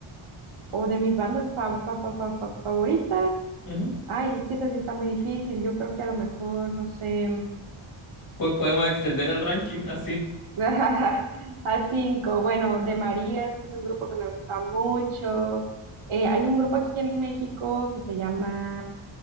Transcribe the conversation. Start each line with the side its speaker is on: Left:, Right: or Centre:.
Right: o de mis bandas fa- fa- fa- fa- fa- favoritas,
Left: ujú.
Right: Ay, es que esa sí está muy difícil. Yo creo que a lo mejor, no sé,
Left: Po- Podemos extender el ranking a
Right: <laughs> a cinco. Bueno, de Marías es un grupo que me gusta mucho. Eh, hay un grupo aquí en México que se llama